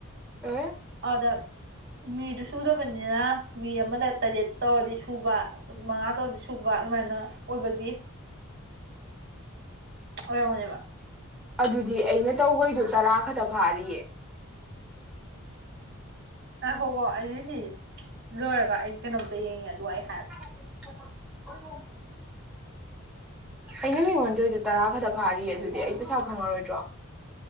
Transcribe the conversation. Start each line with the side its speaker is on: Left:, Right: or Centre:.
Centre: ꯑꯦ꯫
Right: ꯄꯗ ꯃꯤꯗꯨ ꯁꯨꯗꯕꯅꯤꯅ ꯃꯤ ꯑꯃꯗ ꯇꯔꯦꯠ ꯇꯧꯔꯗꯤ ꯁꯨꯕ ꯃꯉꯥ ꯇꯧꯔꯗꯤ ꯁꯨꯕ ꯑꯗꯨꯃꯥꯏꯅ ꯑꯣꯏꯕꯒꯤ꯫ ꯑꯣꯢꯔꯝꯒꯅꯤꯕ꯫
Centre: ꯑꯗꯨꯗꯤ ꯑꯩꯅ ꯇꯧꯕꯩꯗꯣ ꯇꯔꯥ ꯈꯛꯇ ꯐꯥꯔꯤꯌꯦ꯫
Right: <unintelligible> ꯑꯩ ꯁꯤ ꯂꯣꯏꯔꯒ ꯑꯩ ꯀꯩꯅꯣꯝꯇ ꯌꯦꯡꯉꯦ ꯑꯗꯨꯒ ꯑꯩ ꯍꯥꯏꯔꯛꯀꯦ
Centre: <unintelligible> ꯑꯩꯅ ꯃꯤꯡꯉꯣꯟꯗꯣꯏꯗꯨ ꯇꯔꯥ ꯈꯔꯗ ꯐꯥꯔꯤꯌꯦ ꯑꯗꯨꯗꯤ ꯑꯩ ꯄꯩꯁꯥ ꯐꯪꯉꯔꯣꯏꯗ꯭ꯔꯣ